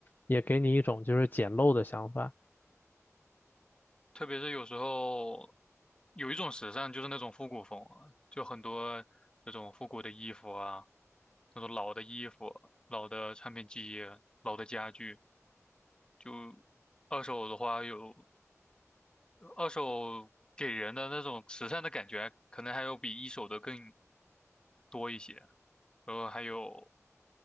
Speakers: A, on the left (about 35°); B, on the left (about 15°).
A: 也给你一种就是捡漏的想法。
B: 特别是有时候有一种时尚就是那种复古风啊就很多那种复古的衣服啊，那种老的衣服、老的唱片机、老的家具，就二手的话有二手给人的那种时尚的感觉，可能还有比一手的更多一些。然后还有